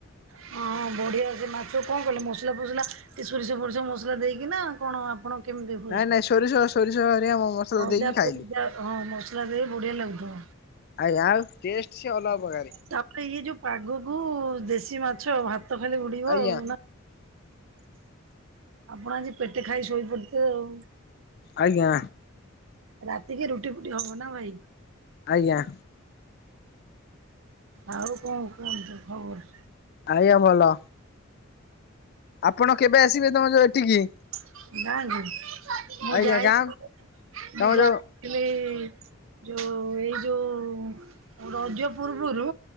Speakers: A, on the right; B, on the left.
A: ହଁଁ ବଢିଆ ସେ ମାଛ କଣ କଲେ ମସଲା ଫସଲା ଟିକେ ସୋରିଷ ଫୋରିଷ ମସଲା ଦେଇକି ନା କଣ ଆପଣ କେମିତି ହୁଏ?
B: ନାଇଁ ନାଇଁ ସୋରିଷ ସୋରିଷ ହେରିକା ମସଲା
A: ଅଦା
B: ଦେଇକି ଖାଇଲି
A: ଫଦା ହଁ ମସଲା ଦେଇ ବଢିଆ ଲାଗୁଥିବ।
B: ଆଉ ଆଉ ଟେଷ୍ଟ ସେ ଅଲଗା ପ୍ରକାର।
A: ତାପରେ ଇଏ ଯୋଉ ପାଗକୁ ଦେଶୀ ମାଛ ଭାତ ଖାଲି ଉଡ଼ିବ
B: ଆଜ୍ଞା
A: ଆଉ ନା ଆପଣ ଆଜି ପେଟେ ଖାଇକି ଶୋଇପଡ଼ିଥିବେ ଆଉ।
B: ଆଜ୍ଞା।
A: ରାତିକି ରୁଟି ଫୁଟି ହବ ନା ଭାଇ?
B: ଆଜ୍ଞା।
A: ଆଉ କଣ କୁହନ୍ତୁ ଖବର?
B: ଆଇ ଆମଲ ଆପଣ କେବେ ଆସିବେ ତମ ଯୋଉ ଏଠିକି?
A: ଗାଁ କୁ ନା ମୁଁ
B: ଆଜ୍ଞା
A: ଯାଇ
B: ଗାଁ ତମ
A: ମୁଁ ଯା
B: ଯୋଉ
A: ହେଲେ ଯୋଉ ଏଇ ଯୋଉ ରଜ ପୂର୍ବରୁ